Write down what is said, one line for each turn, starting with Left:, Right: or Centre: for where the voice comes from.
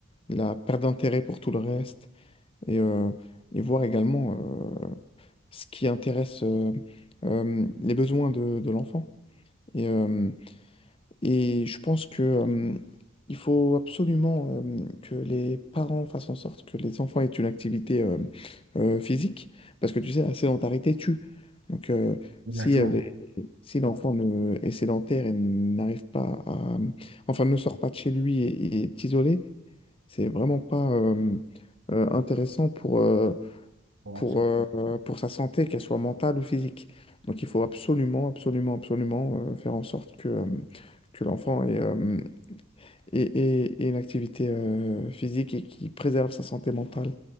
Left: euh, la perte d'intérêt pour tout le reste. Et, euh, et voir également euh, ce qui intéresse euh, euh, les besoins de, de l'enfant. Et, euh, et je pense que, euh, il faut absolument euh, que les parents fassent en sorte que les enfants aient une activité euh, euh, physique, parce que tu sais, la sédentarité tue. Donc, euh,
Right: Exactement,
Left: si, elle est- si l'enfant ne- est sédentaire et n'arrive pas à... Enfin, ne sort pas de chez lui et, et est isolé, c'est vraiment pas euh, euh, intéressant pour, euh,
Right: pour l'enfant.
Left: pour, euh, euh, pour sa santé, qu'elle soit mentale ou physique. Donc il faut absolument, absolument, absolument euh, faire en sorte que, euh, que l'enfant ait, euh, ait- ait- ait une activité euh, physique et qui préserve sa santé mentale